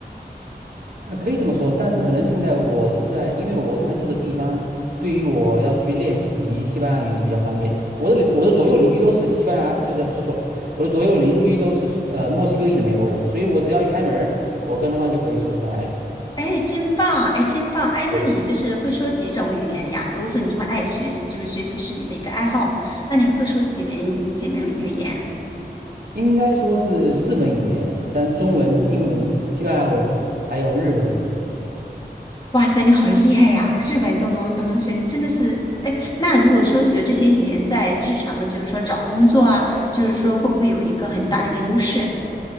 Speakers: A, on the right (about 60°); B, on the left (about 25°).
A: 呃，可以这么说，但是可能现在我住在，因为我我现在住的地方，对于我要去练习西班牙语是比较方便的。我的邻我的左右邻居都是西班牙，就是说错了，我的左右邻居都是是呃墨西哥裔的美国人，所以我只要一开门儿，我跟他们就可以说西班牙语。
B: 哎，真棒！哎，真棒！哎，
A: 对，
B: 那你就是会说几种语言呀？如果说你这么爱学习，就是学习是你的一个爱好嘛，那你会说几门几门语言？
A: 应该说是四门语言，但中文、英文、西班牙文还有日文。
B: 哇塞，你好厉害呀！日本都能都能学，你真的是哎。那如果说学这些语言，在日常的，就是说找工作啊，就是说会不会有一个很大的一个优势